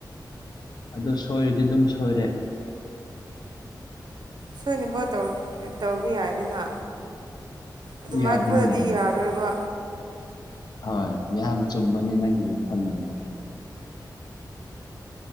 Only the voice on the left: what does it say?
ꯑꯗꯣ ꯁꯣꯏꯔꯗꯤ ꯑꯗꯨꯝ ꯁꯣꯏꯔꯦ
ꯌꯥꯕꯅꯤ
ꯌꯥꯕꯅꯤ
ꯍꯣꯏ ꯌꯥꯝ ꯆꯨꯝꯕꯅꯤ ꯅꯪꯒꯤ ꯋꯥꯈꯜꯂꯣꯟꯗꯣ